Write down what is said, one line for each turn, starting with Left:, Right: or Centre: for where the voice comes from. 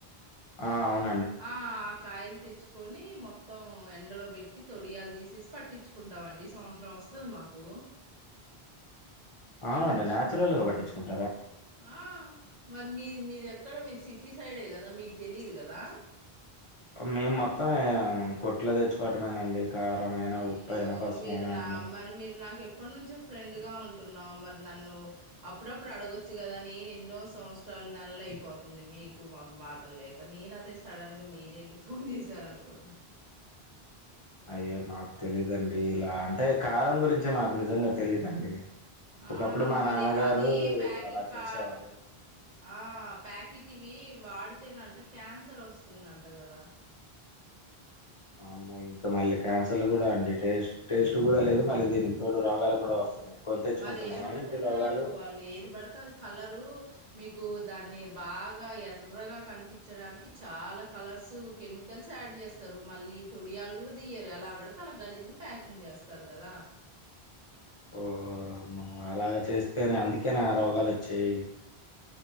Left: ఆ అవును
Right: ఆ ఆకాయి తెచ్చుకొని మొత్తం ఎండలో పెట్టి తొడియాలు తీసేసి పట్టించుకుంటామండి సంవత్సరం వస్తుంది మాకు
Left: అవునండి నేచురల్గా పట్టించుకునీ
Right: ఆ మరి మీది మీది ఎక్కడ మీరు సిట్ టి సైడే కదా మీకు తెలీదు కదా
Left: మేము మొత్తం కోట్లో తెచ్చుకోవటమేనండి కారమైన
Right: అయ్యో
Left: ఉప్పైన పసుపైన
Right: మీరు నా
Left: అన్ని
Right: మరి మీరు నాకు ఎప్పటి నుంచో ఫ్రెండ్ గా ఉంటున్నాం మరి నన్ను అప్పుడప్పుడు అడగచ్చు కదా నేను ఎన్నో సంవత్సరాల నెలలు అయిపోతుంది మీకు మాకు మాటలు లేక నేను అదతే సడన్ గా మీరేంటి ఫోన్ చేశారనుకున్నా
Left: అయ్యే మాకు తెలీదండి ఇలా అంటే కారం గురించి మాకు నిజంగా తెలీదండి ఒకప్పుడు
Right: ఆ
Left: మా
Right: మరి
Left: నాన్నగారు
Right: అది ప్యాకెట్
Left: అలా
Right: పా
Left: చేసేవారు.
Right: ఆ ప్యాకెట్ ఇవి వాడు తేదంట క్యాన్సర్ వస్తుందంట కదా
Left: అమ్మ ఇంకా మళ్ళీ క్యాన్సర్లు కూడా అండి టేస్ట్ టేస్ట్ కూడా లేదు మళ్ళీ దీనికి తోడు రోగాలు కూడా వస్తున్నాయి కొని తెచ్చుకుంటున్నామా
Right: మరి ఏమనుకుంటున్నారు
Left: ఏంటి రోగాలు
Right: వాళ్ళు ఏది పడుతే అది కలరు మీకు దాన్ని బాగా ఎర్రగా కనిపించడానికి చాలా కలర్స్ కెమికల్స్ యాడ్ చేస్తారు మళ్ళీ తొడియాలు కూడా దియరు ఎలా పడితే అలా గలీజ్గా ప్యాకింగ్ చేస్తారు కదా
Left: ఓహ అలాగ చేస్తేనే అందుకే నా రోగాలు వచ్చాయి